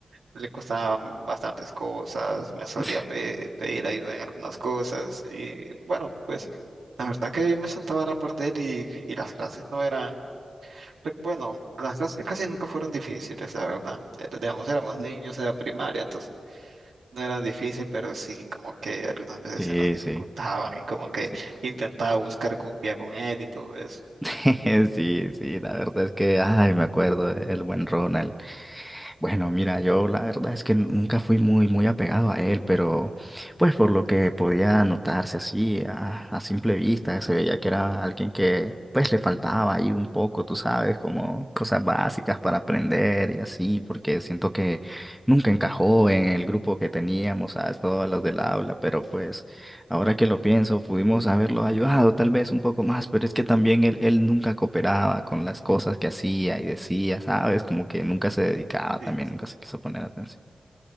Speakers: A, on the right; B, in the centre.
A: le costaban bastantes cosas, me solía
B: <laughs>
A: pe- pedir ayuda en algunas cosas y bueno, pues la verdad que yo me sentaba a la par de él y, y las clases no eran, pues, bueno, las clases casi nunca fueron difíciles, la verdad. Era- Digamos, éramos niños, era primaria, entonces no era difícil, pero sí como que algunas veces
B: Sí,
A: se nos dificultaban
B: sí,
A: y como que
B: sí.
A: intentaba buscar copia con él y todo eso.
B: <laughs> Sí, sí, la verdad es que, ay, me acuerdo del buen Ronald. Bueno, mira, yo la verdad es que nunca fui muy, muy apegado a él, pero pues por lo que podía notarse así a, a simple vista, se veía que era alguien que pues le faltaba ahí un poco, tú sabes, como cosas básicas para aprender y así, porque siento que nunca encajó en el grupo que teníamos, ¿sabes? Todos los del aula, pero pues Ahora que lo pienso, pudimos haberlo ayudado tal vez un poco más, pero es que también él, él nunca cooperaba con las cosas que hacía y decía, ¿sabes? Como que nunca se dedicaba
A: Y,
B: también, nunca se quiso poner atención.